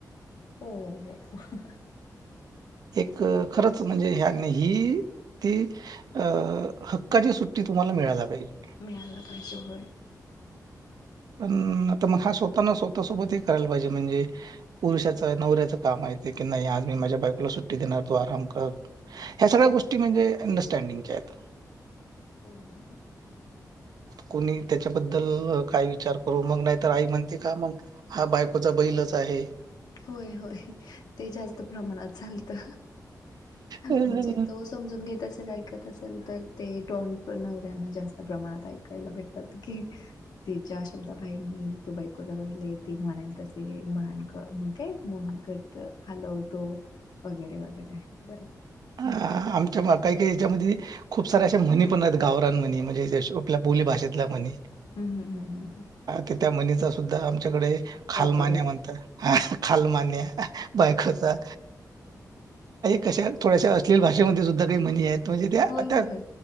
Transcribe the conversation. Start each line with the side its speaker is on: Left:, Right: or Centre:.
Left: हो हो हो.
Right: एक खरंच म्हणजे ह्यानी ही ती अ हक्काची सुट्टी तुम्हाला मिळायला पाहिजे.
Left: मिळायला पाहिजे होय.
Right: पण आता मग हा स्वतः ना स्वतः सोबतही करायला पाहिजे म्हणजे पुरुषाचं, नवऱ्याचं काम आहे ते की नाही आज मी माझ्या बायको तूला सुट्टी देणार, तू आराम कर. ह्या सगळ्या
Left: होय
Right: गोष्टी म्हणजे अंडरस्टँडिंगच्या आहेत.
Left: ओ हो हो.
Right: कोणी त्याच्याबद्दल काय विचार करू मग नाहीतर आई म्हणते का मग हा बायकोचा बैलच आहे.
Left: होय होय ते जास्त प्रमाणात चालतं.
Right: हम्म
Left: म्हणजे तो समजून घेत असेल, ऐकत असेल तर ते टॉन नवऱ्यांना जास्त प्रमाणात ऐकायला भेटतात की. तिच्या शब्दा बाहेर नई तो बायकोचा बैल आहे. ती म्हणेल तसे माण मग काय? मनगट्ट हलवतो वगैरे वगैरे बर
Right: ह आमच्या काही काही याच्यामध्ये खूप सार्या अशा म्हणी पण हायत गावरान म्हणी म्हजे, अश्या आपल्या बोली भाषेतल्या म्हणी.
Left: हम्म हम्म हम्म हम्म हम्म.
Right: की त्या म्हणीचा सुद्धा आमच्याकडे खालमान्या
Left: वापर होत
Right: म्हणता, खालमान्या बायकोचा. कशा थोड्याशा अस्लील भाषेमध्ये सुद्धा काही म्हणी आहेत, म्हणजे त्या
Left: होय
Right: आता
Left: होय होय